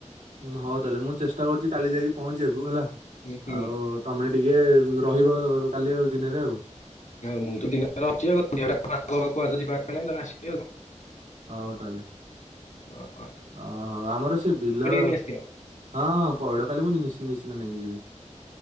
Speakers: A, on the right (about 85°); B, on the left (about 75°).
A: ହଉ ତାହେଲେ ମୁଁ ଚେଷ୍ଟା କରୁଛି କାଲି ଯାଇକି ପହଞ୍ଚିବାକୁ ହେଲା।
B: ହୁଁ ହୁଁ
A: ଆଉ ତମେ ଟିକେ ଟିକେ ରହିବ କାଲି ଦିନରେ ଆଉ
B: ମୁଁ ତ ଦିନରେ ଅଛି ଆ ଖରାପବା କହା ଆସିବି ଆଉ।
A: ହଉ ତାହଲେ
B: ହଁ।
A: ଓ ଆମର ସେ ବିଲ
B: ନେଇ ଆସିଥିବ।
A: ହଁ ହଁ ପଇଡ କାଲି ମୁଁ ନିଶ୍ଚିନ୍ତ ନେଇକି ଯିବି।